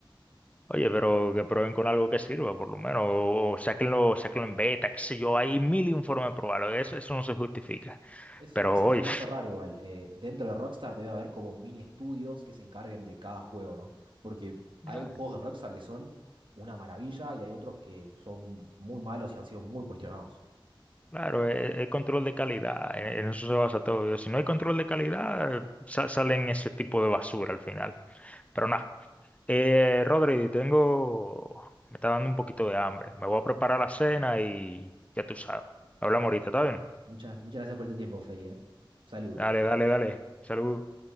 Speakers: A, on the left; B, on the right.
A: Oye, pero que prueben con algo que sirva, por lo menos, o, o sáquenlo, sáquenlo en beta, qué sé yo, hay mil informes probados, eso, eso no se justifica.
B: Eso,
A: Pero,
B: eso
A: oye,
B: se me hace raro igual. Eh, dentro de Rockstar debe haber como mini estudios que se encarguen de cada juego, ¿no? Porque
A: <laughs>
B: hay juegos de Rockstar que son una maravilla y hay otros que son muy malos y han sido muy cuestionados.
A: Claro, eh, el control de calidad, en en eso se basa todo. Si no hay control de calidad, eh, sa- salen ese tipo de basura al final. Pero nada, eh, Rodri, tengo, me está dando un poquito de hambre. Me voy a preparar la cena y ya tú sabes. Hablamos ahorita, ¿está bien?
B: Muchas, muchas gracias por este tiempo, Feli, ¿eh? Saludos.
A: Dale, dale, dale. Salud.